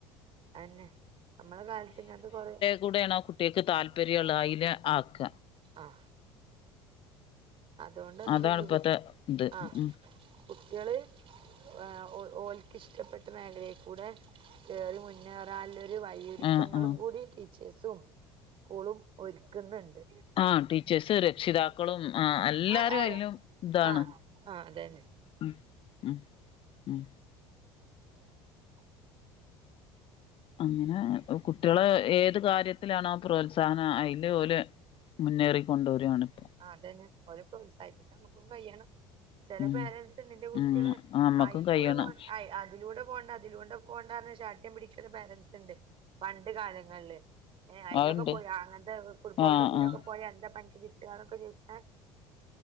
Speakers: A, on the right; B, on the left.
A: അഹന്നെ നമ്മളെ കാലത്ത് ഇങ്ങത്തെ കൊറ
B: കൂടെയാണ് കുട്ടിൾക്ക് താല്പര്യള്ള അയ്ല് ആക്ക
A: ആഹ അതോണ്ട്
B: അതാണ്
A: ന്ത് ണ്ട്
B: ഇപ്പത്തെ ഇത്
A: ആഹ
B: ഉം
A: കുട്ടിള് എഹ ഓല്... ഇഷ്ടപ്പെട്ട മേഖലയിൽ കൂടെ കെറി മുന്നേറുള്ളൊരു വഴിയൊരുക്കങ്ങളും
B: ആഹ് ആഹ്
A: കൂടി ച്ചസും സ്കൂളും ഒരുക്കുന്നുണ്ട്
B: ആഹ ടീച്ചേഴ്സ് രക്ഷിതാക്കളും ആഹ എല്ലാരും
A: ആ ആര്
B: അയിലും ഇതാണ്
A: ആ ആ അതന്നെ
B: ഉം ഉം ഉം
A: <inaudible>
B: അങ്ങനെ കുട്ടിള് ഏത് കാര്യത്തിലാണോ പ്രോത്സാഹനം അയ്ല് ഓലെ മുന്നേറിക്കണ്ടുവരിണിപ്പോ
A: ആഹ അതന്നെ ഓര പ്രോത്സാഹിപ്പിക്കാൻ നമുക്കും കഴിയണം ചെല
B: ഉം
A: പേരൻറ്സ് നിന്റെ കുട്ടിള്
B: ഉം നമ്മക്കും
A: ആയിക്കൂടെ
B: കയ്യണം
A: അതിലൂടെ പോണ്ട ഇതിലൂണ്ട പോണ്ടന്ന് ശാഠ്യം പിടിക്കുന്ന പേരൻറ്സ് ഉണ്ട് പണ്ട് കാലങ്ങളില് ഏ അയ്ലൊക്കെ
B: അത്ണ്ട്
A: പോയ അങ്ങനത്തെ ഫുട്ബോളിലും
B: ആഹ്
A: ഇതിലൊക്കെ
B: ആഹ്
A: പോയാ എന്താ പ്പൻക്ക് കിട്ട ന്നൊക്കെ ചോയ്ച്ച്ണ